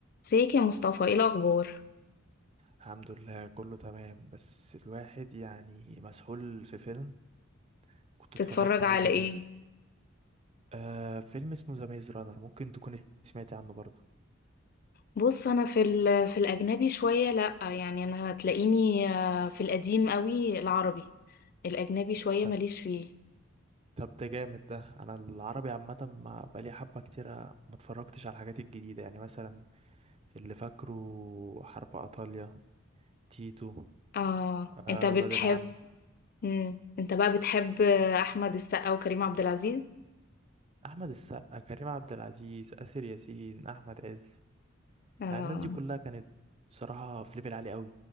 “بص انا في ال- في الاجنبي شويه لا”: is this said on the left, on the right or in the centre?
Left